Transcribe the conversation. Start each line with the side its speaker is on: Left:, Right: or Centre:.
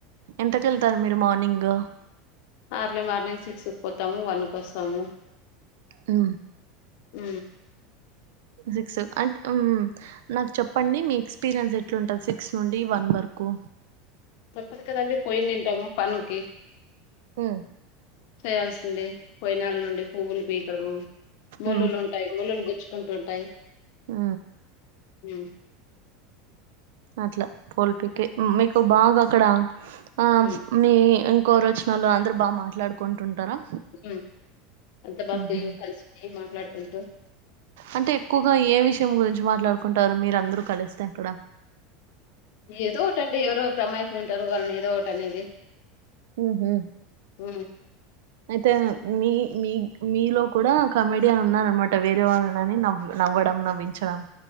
Right: ఎంతక వెళ్తారు మీరు మార్నింగ్
Left: అర్లీ మార్నింగ్ సిక్స్కి పోతాము వన్ కూ వస్తాము
Right: హు
Left: ఊ
Right: సిక్స్ అంటే నాకు చెప్పండి మీ ఎక్స్పీరియన్స్ ఎట్లుంటుంది సిక్స్ నుండి వన్ వరకు
Left: తప్పదు కదా అండి పోయినింటాము పనుకి
Right: హు
Left: చేయాల్సిందే పోయినళ్ళ నుండి పువ్వులు పీకడము ముల్లులు
Right: ఉ
Left: ఉంటాయి ముల్లులు గుచ్చుకుంటు టాయి
Right: హు
Left: హు
Right: అట్లా పూల్ పీకే మీకు బాగా అక్కడ ఆ
Left: హ్మ్.
Right: మీ కోరు వచ్చినోళ్ళు అందరు బాగా మాట్లాడుకుంటుంటారా
Left: ఉ అంత బాగా
Right: ఉహు
Left: కలిసి పోయి మాట్లాడుకుంటు
Right: అంటే ఎక్కువగా ఏ విషయం గురించి మాట్లాడుకుంటారు మీరు అందరూ కలిస్తే అక్కడ
Left: ఏదో ఒకట్టండి ఎవరు అమాయకులు ఉంటారు వాళ్ళని ఏదో ఒకటి అనేది
Right: ఉహు
Left: ఊ
Right: అయితే మీ మీ మీలో కూడా కమెడియన్ ఉన్నారనమాట వేరే వాళ్ళని నవ్ నవ్వడం నవ్వించడం